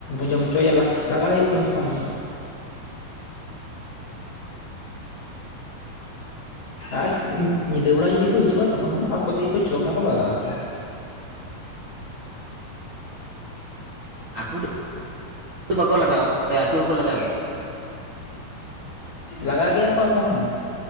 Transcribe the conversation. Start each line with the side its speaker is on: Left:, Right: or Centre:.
Left: ᱡᱚᱢ ᱦᱚᱪᱚᱭᱟ ᱱᱟᱜ ᱞᱟᱜᱟ ᱦᱳᱭᱳᱜ ᱛᱟᱢ ᱛᱚᱠᱷᱚᱱ ᱫᱚ᱾ ᱟᱨ ᱧᱤᱫᱟᱹ ᱵᱮᱲᱟ ᱡᱩᱫᱤ ᱠᱚ ᱦᱤᱡᱩᱜᱼᱟ ᱛᱚᱠᱷᱚᱱ ᱫᱚ ᱟᱠᱚ ᱛᱮᱜᱮ ᱠᱚ ᱡᱚᱢ-ᱟᱠᱚ ᱵᱟᱜᱟᱜ-ᱟᱠᱚ᱾
Right: ᱟᱠᱚ ᱫᱚ ᱵᱟᱠᱚ ᱞᱟᱜᱟᱣᱟ, ᱥᱮ ᱟᱠᱚ ᱦᱚᱸᱠᱚ ᱞᱟᱜᱟᱣ ᱜᱮᱭᱟ᱾?
Left: ᱞᱟᱜᱟ ᱜᱮᱭᱟ ᱠᱚ ᱟᱠᱚ ᱦᱚᱸ᱾